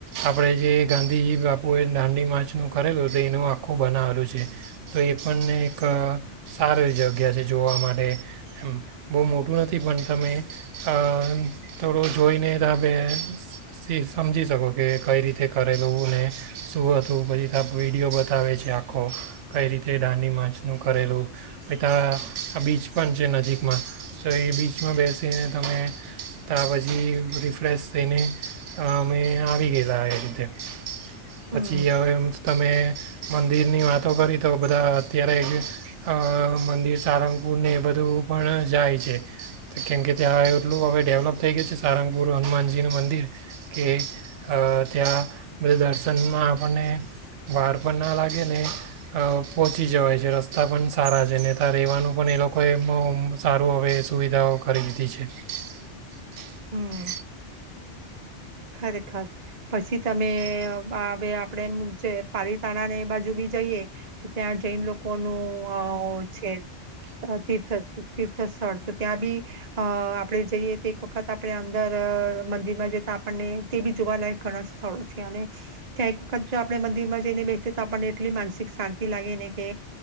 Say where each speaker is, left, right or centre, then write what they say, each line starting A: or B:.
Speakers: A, on the right; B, on the right.
A: આપણે જે ગાંધીજી બાપુએ દાંડી માચનું કરેલું તો એનું આખું બનાવેલું છે તો એ પણને એક સારી જગ્યા છે જોવા માટે એમ બહુ મોટું નથી પણ તમે. હ. થોડો જોઈને તમે સમજી શકો કે કઈ રીતે કરેલું ને શું હતું પછી ત વિડીયો બતાવે છે આખો કઈ રીતે દાંડી માર્યનું કરેલું પછ તા બીચ પણ છે નજીકમાં તો એ બીચમાં બેસે તેમે ત્યા પછી રિફ્રેશ થઈને અમે આવી ગયેલા એ રીતે
B: હમ
A: પછી હવે એમ તમે મંદિરની વાતો કરી તો બધા અત્યારે એક અ મંદિર ત્યાં એટલું હવે ડેવલપ થઈ ગયું છે સારંગપુર હનુમાનજીનું મંદિર કે અ ત્યાં બધા દર્શનમાં આપણને વાર પણ ના લાગે ને પહોંચી જવાય છે રસ્તા પણ સારા છે ને ત્યાં રહેવાનું પણ એ લોકોએ સારું હવે સુવિધાઓ કરી દીધી છે. <inaudible>
B: હમ ખરેખર પછી તમે હવે આપડે એમ જે પાલીતાણા ને એ બાજુ બી જઈએ તો ત્યાં જઈને લોકો કોનું છે. તાર્થી તીર્થ તીર્થ સ્થળ તો ત્યાં બી અ આપડે જઈએ તો એક વખત આપણે અંદર મંદિર માં જય તો આપ અને તે બી જોવાલાયક ઘણા સ્થળો છે અને ત્યાં એક વખત જો આપણે મંદિરમાં જઈને બેસીએ તો આપણને એટલી માનસિક શાંતિ લાગે ને કે